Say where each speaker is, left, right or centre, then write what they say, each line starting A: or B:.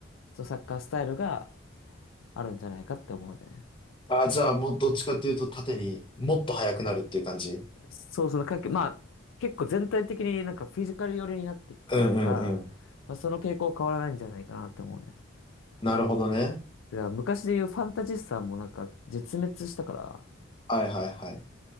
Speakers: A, on the left; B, on the left.
A: そのサッカースタイルがあるんじゃないかって思うね。
B: あ、じゃあもうどっちかっていうと縦にもっと速くなるっていう感じ
A: そうそのかけ、まあ、結構全体的になんかフィジカル寄りになってきてるから、
B: うんうんうん。
A: まあ、その傾向は変わらないんじゃないかなって思うね。
B: なるほどね。
A: だから昔で言うファンタジスタもなんか絶滅したから、
B: はいはいはい。